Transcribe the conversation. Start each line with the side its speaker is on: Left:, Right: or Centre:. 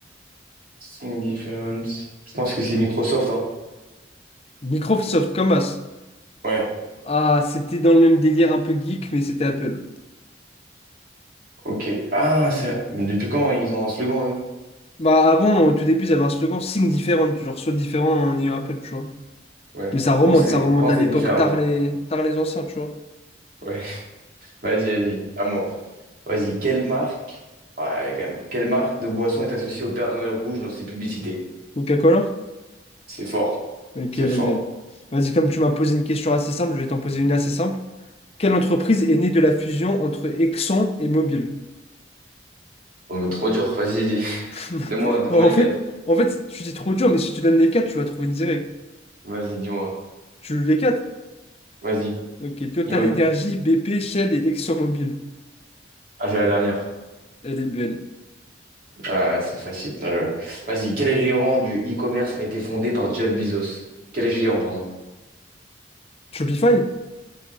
Right: Indifference. Je pense que c'est Microsoft, hein.
Left: Microsoft, comme as.
Right: Ouais,
Left: Ah, c'était dans le même délire un peu geek, mais c'était Apple.
Right: ok. Ah, c'est... Depuis quand ils ont un slogan, eux?
Left: Bah avant, au tout début, ils avaient un slogan Think Different, genre sois différent en ayant Apple, tu vois.
Right: Ouais.
Left: Mais ça remonte,
Right: Pensez,
Left: ça remonte
Right: pensez
Left: à l'époque,
Right: légèrement.
Left: tard les, tard les anciens, tu vois.
Right: Ouais. <laughs> Vas-y, vas-y. À moi. Vas-y. Quelle marque? Ouais, allez, quand même. Quelle marque de boisson est associée au Père Noël rouge dans ses publicités?
Left: Coca-Cola?
Right: C'est fort.
Left: Ok,
Right: C'est
Left: elle
Right: fort.
Left: est belle. Vas-y, comme tu m'as posé une question assez simple, je vais t'en poser une assez simple. Quelle entreprise est née de la fusion entre Exxon et Mobil?
Right: Oh, mais trop dur. Vas-y, vas-y. <laughs>
Left: <laughs>
Right: Donne-moi, donne-moi
Left: En
Right: les
Left: fait,
Right: quatre.
Left: en fait, tu dis trop dur, mais si tu donnes les quatre, tu vas trouver direct.
Right: Vas-y, dis-moi.
Left: Tu veux les quatre?
Right: Vas-y.
Left: Ok, Total
Right: Dis-moi.
Left: Energy, BP, Shell et ExxonMobil.
Right: Ah, c'est la dernière.
Left: Elle est belle.
Right: Ah, c'est facile. Non, je- Vas-y. Quel géant du e-commerce a été fondé par Jeff Bezos? Quel géant, pardon?
Left: Shopify?